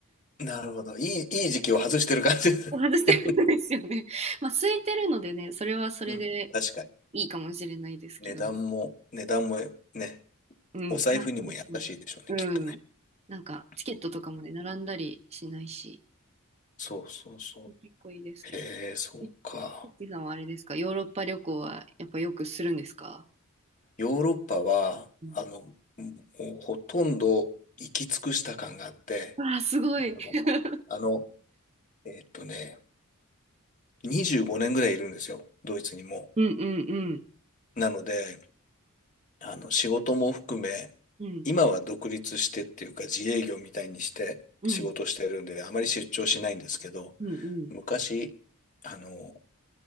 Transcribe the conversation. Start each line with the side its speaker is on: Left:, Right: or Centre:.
Left: なるほど。いい、いい時期を外してる感じです。
Right: 外してるんですよね。
Left: <laughs>
Right: <laughs> まあ、空いてるのでね、それはそれで
Left: うん。確かに。
Right: いいかもしれないですけど、
Left: 値段も、値段もね、
Right: うん。
Left: お財布にも優しいでしょうね、
Right: あ、そうですそうですうん。
Left: きっとね。
Right: なんか、チケットとかもね、
Left: うん、
Right: 並んだりしないし、
Left: そうそうそ
Right: 結構いいですけど。
Left: う。へえ、そうか。
Right: え、ゆっきさんはあれですか、ヨーロッパ旅行はやっぱよくするんですか
Left: ヨーロッパは、
Right: うん
Left: あの、もうほとんど行き尽くした感があって、
Right: わあ、すごい。
Left: いやもうあの、
Right: <laughs>
Left: えーっとね、25年ぐらいいるんですよ、ドイツにも。
Right: うんうんうん。
Left: なので、あの、仕事も含め、
Right: うん
Left: 今は独立してっていうか自営業みたいにして仕事してるんで、
Right: うん
Left: あまり出張しないんですけど、
Right: うん
Left: 昔、あの、